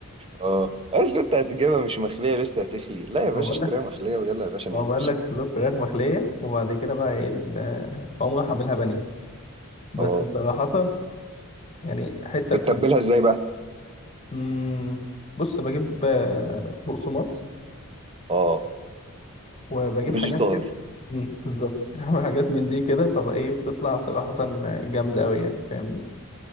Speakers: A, on the right; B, on the left.
A: اه اصل انت هتجيبها مش مخليه لسه هتخلي لا يا
B: ما
A: باشا
B: بقول
A: اشتريها
B: لك
A: مخليه ويلا يا باشا
B: ما
A: نعيش
B: بقول لك صدور فراخ مخليه وبعد كده بقى ايه ال- بقوم رايح اعملها بانيه بس
A: اه
B: صراحه يعني حته
A: بتتبلها
B: في
A: ازاي بقى
B: مم، بص بجيب آه، بقسماط
A: اه
B: وبجيب
A: وفيجيتار
B: حاجات كده مم، بالظبط <laughs> بعمل حاجات من دي كده فبقى ايه بتطلع صراحة جامدة أوي يعني فاهمني